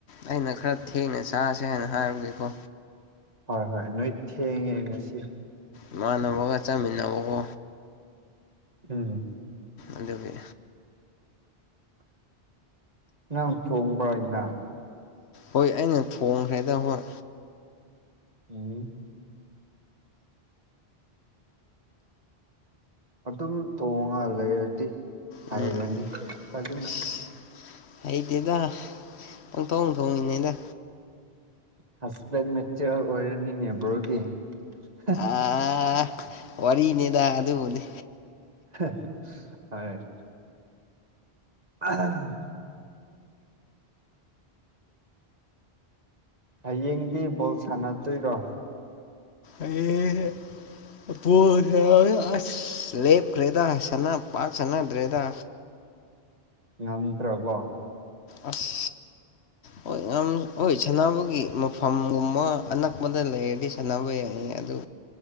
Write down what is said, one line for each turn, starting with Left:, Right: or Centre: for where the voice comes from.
Left: ꯑꯩꯅ ꯈꯔ ꯊꯦꯡꯅ ꯆꯥꯁꯦ ꯍꯥꯏꯅ ꯍꯥꯏꯔꯕꯒꯤꯀꯣ꯫
Right: ꯍꯣꯏ ꯍꯣꯏ ꯅꯣꯏ ꯊꯦꯡꯉꯦ ꯉꯁꯤ꯫
Left: ꯏꯃꯥꯟꯅꯕꯒ ꯆꯃꯤꯟꯅꯕꯒꯣ꯫
Right: ꯎꯝ
Left: ꯑꯗꯨꯒꯤ꯫
Right: ꯅꯪ ꯊꯣꯡꯕ꯭ꯔꯥ ꯏꯟꯁꯥꯡ꯫
Left: ꯍꯣꯏ ꯑꯩꯅ ꯊꯣꯡꯈ꯭ꯔꯦꯗ ꯍꯣꯏ꯫
Right: ꯎꯝ꯫ ꯑꯗꯨꯝ ꯊꯣꯡꯉ ꯂꯩꯔꯗꯤ ꯍꯩꯔꯅꯤ
Left: ꯎꯝ
Right: ꯐꯖꯅ꯫
Left: ꯑꯁ ꯍꯩꯇꯦꯗ ꯄꯪꯊꯣꯛ ꯊꯣꯡꯉꯤꯅꯦꯗ꯫
Right: ꯍꯥꯁꯕꯦꯟ ꯃꯦꯇꯔꯦꯜ ꯑꯣꯏꯔꯅꯤꯅꯦ ꯕ꯭ꯔꯣꯗꯤ ꯍꯦ
Left: ꯑ ꯋꯥꯔꯤꯅꯦꯗ ꯑꯗꯨꯕꯨꯗꯤ
Right: ꯍꯥ ꯍꯣꯢ ꯑꯥ꯫ ꯍꯌꯦꯡꯗꯤ ꯕꯣꯜ ꯁꯥꯟꯅꯗꯣꯏꯔꯣ꯫
Left: ꯑꯩ ꯕꯣꯜꯁꯟꯅꯕꯩ ꯑꯁ ꯂꯦꯞꯈ꯭ꯔꯦꯗ ꯁꯅ ꯄꯥꯛ ꯁꯅꯗ꯭ꯔꯦꯗ꯫
Right: ꯉꯝꯗ꯭ꯔꯕꯣ <unintelligible>
Left: ꯑꯁ ꯍꯣꯏ ꯉꯥꯝ ꯍꯣꯏ ꯁꯥꯟꯅꯕꯒꯤ꯫ ꯐꯣꯟꯒꯨꯝꯃ ꯑꯅꯛꯄꯗ ꯂꯩꯔꯗꯤ ꯁꯥꯟꯅꯕ ꯌꯥꯏꯌꯦ ꯑꯗꯨ